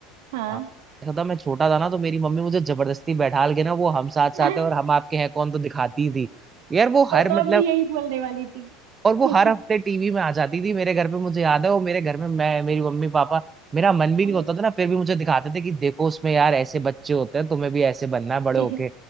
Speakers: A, on the right; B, on the right.
A: हाँ
B: हाँ, ऐसा था मैं छोटा था ना तो मेरी मम्मी मुझे जबरदस्ती बैठाल के ना वो हम साथ साथ
A: अरे
B: है और हम आपके हैं कौन तो दिखाती थी यार वो
A: पता
B: हर मतलब
A: है मैं यही बोलने वाली थी
B: और वो
A: <laughs>
B: हर हफ्ते टीवी में आ जाती थी मेरे घर पे मुझे याद है वो मेरे घर में मैं मेरी मम्मी पापा मेरा मन भी
A: अरे
B: नहीं होता था ना फिर भी मुझे दिखाते थे कि देखो उसमें यार ऐसे बच्चे होते हैं तुम्हें भी ऐसे बनना है बड़े
A: <laughs>
B: होके